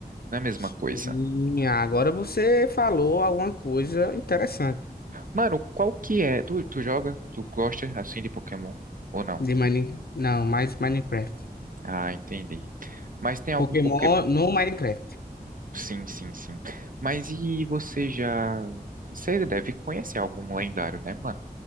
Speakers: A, on the right (about 60°); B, on the left (about 75°).
A: Não é a mesma
B: Sim,
A: coisa.
B: agora você falou alguma coisa interessante
A: Mano, qual que é? Tu, tu joga? Tu gosta assim de Pokémon? Ou não?
B: de Mine... Não, mais Minecraft.
A: Ah, entendi. Mas tem algum
B: Pokémon
A: Pokémon?
B: no Minecraft.
A: Sim, sim, sim. Mas e você já. Você deve conhecer algum lendário, né, mano?